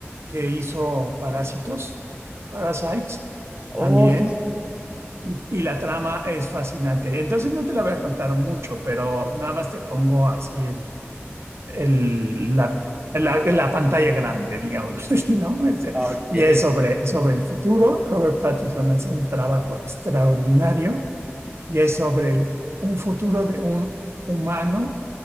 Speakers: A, on the right; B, on the right.
A: que hizo Parásitos, Parasites
B: Oh,
A: también.
B: sí, sí.
A: Y, y la trama es fascinante. Entonces no te la voy a contar mucho, pero nada más te pongo así el, el- la, la- la pantalla grande, digamos, <laughs> así, ¿no? Este,
B: Ok.
A: Y es sobre, sobre el futuro. Robert Pattinson hace un trabajo extraordinario y es sobre el- un futuro de un humano